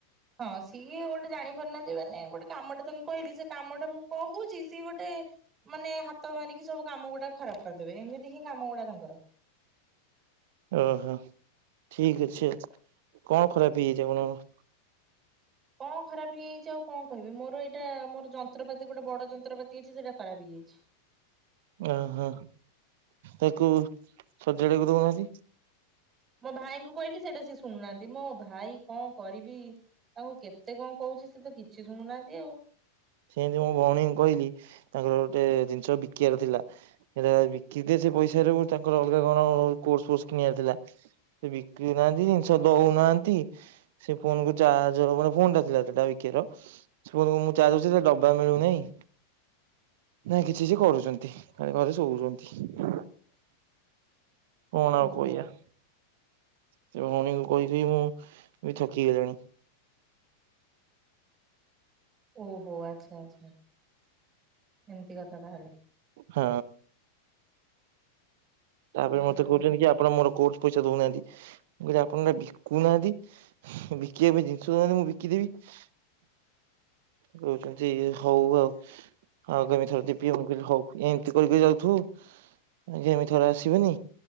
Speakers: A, on the right; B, on the right.
A: ହଁ ସିଏ ଗୋଟେ ଜାଣିପାରୁନାହାନ୍ତି ମାନେ ଗୋଟେ କାମଟା ତାଙ୍କୁ କହିଲି ସେ କାମଟା ମୁଁ କହୁଛି। ସିଏ ଗୋଟେ ମାନେ ହାତ ମାରିକି ସବୁ କାମ ଗୁଡା ଖରାପ କରିଦେବେ ଏମିତି ହିଁ କାମ ଗୁଡା ତାଙ୍କର।
B: ଓହୋ ଠିକ ଅଛି କଣ ଖରାପ ହେଇଯାଇଛି ଆପଣଙ୍କ?
A: କଣ ଖରାପ ହେଇଯାଇଛି ଆଉ କଣ କହିବି ମୋର ଏଇଟା ମୋର ଯନ୍ତ୍ରପାତି ଗୋଟେ ବଡ ଯନ୍ତ୍ରପାତି ଅଛି ସେଇଟା ଖରାପ ହେଇଯାଇଛି।
B: ଓହୋ ତାକୁ ସଜାଡିବାକୁ ଦଉନାହାଁନ୍ତି।
A: ମୋ ଭାଇଙ୍କୁ କହିଲି ସେଇଟା ସେ ଶୁଣୁନାହାନ୍ତି ମୋ ଭାଇ କଣ କରିବି। ତାଙ୍କୁ କେତେ କଣ କହୁଛି ସେ ତ କିଛି ଶୁଣୁନାହାନ୍ତି ଆଉ।
B: ସେମତି ମୋ ଭଉଣୀଙ୍କୁ କହିଲି ତାଙ୍କର ଗୋଟେ ଜିନିଷ ବିକିବାର ଥିଲା। ସେଇଟା ବିକି ଦିଏ ସେ ପଇସା ରୁ ତାଙ୍କର ଅଲଗା କଣ କୋର୍ସ ଫୋର୍ସ କିଣିବାର ଥିଲା। ସେ ବିକ୍ରି ନାହାନ୍ତି ଜିନିଷ ଦଉନାହାନ୍ତି। ସେ ଫୋନ୍ କୁ ଚାର୍ଜ ହବା ଫୋନ ଟା ଥିଲା ବିକି ଭାଇ ର ସେ <unintelligible> ଚାର୍ଜ। ସେ ଡବା ମିଳୁନେଇଁ। ନାଇଁ କିଛି ସେ କରୁଛନ୍ତି ଖାଲି ଘରେ ଶୋଉଛନ୍ତି। କଣ ଆଉ
A: ଓହୋ
B: କହିଆ। ତ ଭଉଣୀକୁ କହି କକି ମୁଁ ବି ଥକିଗଲିଣି।
A: ଓହୋ ଆଚ୍ଛା ଆଚ୍ଛା ଏମିତି କଥା ତାହେଲେ।
B: ହ। ତାପରେ
A: ହୁଁ
B: ମତେ
A: ମୁଁ
B: କହୁଛନ୍ତି କି ଆପଣ ମୋର କୋର୍ସ ପଇସା ଦଉନାହାନ୍ତି। ମୁଁ କହିଲି ଆପଣ ଟା ବିକୁନାହାନ୍ତି ବିକିବା ପାଇଁ ଜିନିଷଉହାନ୍ତି ମୁଁ ବିକିଦେବି। କହୁ ଛନ୍ତି ହଉ ଆଉ। ଆଉ କେମି ଥରେ ଜିବି ଆଉ ହଉ ଏମିତି କରି କରି ଯାଉଥୁବୁ। ଆଜ ଏମିତି ଥର ଆସିବନି